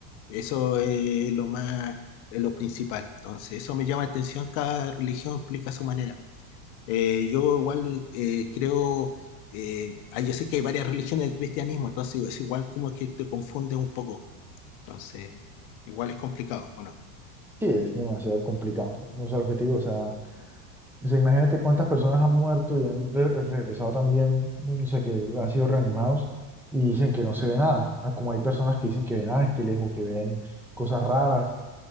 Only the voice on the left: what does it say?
Eso es lo más, es lo principal. Entonces, eso me llama la atención, cada religión explica a su manera. Eh, yo igual eh, creo, eh, ah, yo sé que hay varias religiones del cristianismo, entonces es igual como que te confunde un poco. Entonces, igual es complicado, ¿o no?